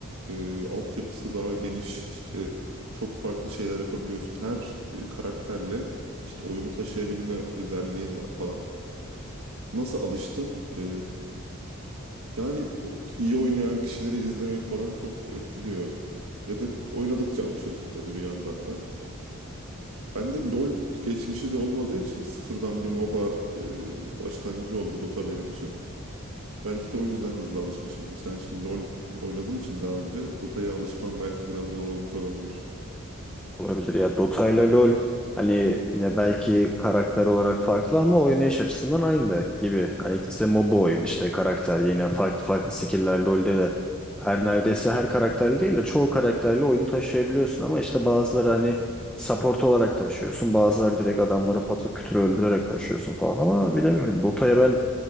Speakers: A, on the right (about 80°); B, in the centre.
A: e, altyapısı daha geniş. İşte çok farklı şeyler yapabiliyorsun. Her e, karakterle işte oyunu taşıyabilme özelliğin var falan. Nasıl alıştım? E, yani o- iyi oynayan kişileri izlemek falan çok etkiliyor. Ve de oynadıkça alışıyorsun tabii bir yandan da. Ben de LoL geçmişi de olmadığı için sıfırdan bir MOBA e, başlangıcı oldu Dota benim için. Belki de o yüzden hızlı alışmışımdır. Sen şimdi LoL oynadığın için daha önce Dota'ya alışman belki biraz zor olmuş olabilir.
B: Olabilir ya. Dota ile LoL hani yine belki karakter olarak farklı ama oynayış açısından aynı gibi. Hani ikisi de MOBA oyun işte karakter yine farklı farklı skill'ler LoL'de de her neredeyse her karakterli değil de çoğu karakterle oyunu taşıyabiliyorsun ama işte bazıları hani support olarak taşıyorsun. Bazıları direkt adamları patır kütür öldürerek taşıyorsun falan ama bilemiyorum. Dota'ya ben